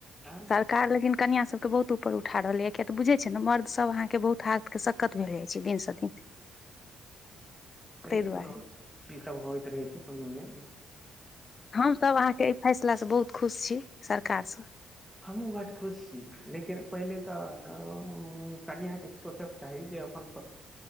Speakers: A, in the centre; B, on the left (about 40°).
A: आँ
B: सरकार लेकिन कनिआँ सबके बहुत ऊपर उठा रहलैय य किया तऽ बुझैत छै ने मर्दसभ अहाँके बहुत हार्थके सक्कत भए जाइ छै दिनसँ दिन
A: कोनो
B: ताहि दुआरे
A: ची सब होइत रहै छै कोनो नहि
B: हमसभ अहाँके एहि फैसलासँ बहुत खुश छी सरकारसँ
A: हमहूँ बड खुश छी लेकिन पहिले तऽ कनिआँके सोचक चाही जे पहिलेअपन